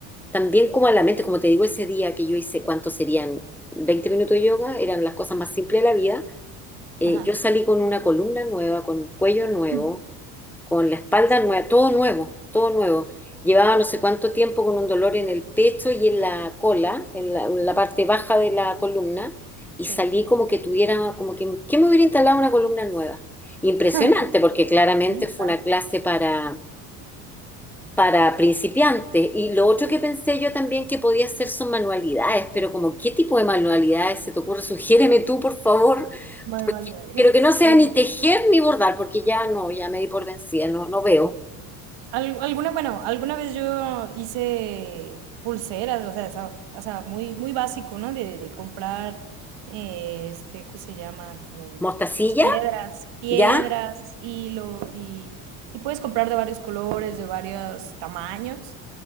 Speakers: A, in the centre; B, on the right (about 65°).
A: también como a la mente, como te digo, ese día que yo hice, ¿cuánto serían? veinte minutos de yoga, eran las cosas más simples de la vida. Eh,
B: Ajá.
A: yo salí con una columna nueva, con un cuello nuevo,
B: <laughs>
A: con la espalda
B: Sí.
A: nueva, todo nuevo, todo nuevo. Llevaba no sé cuánto tiempo con un dolor en el pecho y en la cola, en la, en la parte baja de la columna, y
B: Sí.
A: salí como que tuviera, como que, que me hubiera instalado una columna nueva. Impresionante,
B: <laughs>
A: porque claramente
B: Sí,
A: fue
B: claro.
A: una clase para, para principiantes. Y lo otro que pensé yo también que podía hacer son manualidades, pero como, ¿qué tipo de manualidades se te ocurre? Sugiéreme tú, por favor.
B: Manualidades.
A: Pero que no sea
B: Eh,
A: ni tejer ni bordar, porque ya no, ya me di por vencida, no, no veo.
B: Al- alguna, bueno, alguna vez yo hice pulseras, o sea, esa- o sea, muy, muy básico, ¿no? De, de comprar, eh, este, ¿cómo se llama? Como,
A: ¿Mostacilla?
B: pues piedras, piedras,
A: ¿Ya?
B: hilo, y, y puedes comprar de varios colores, de varios tamaños,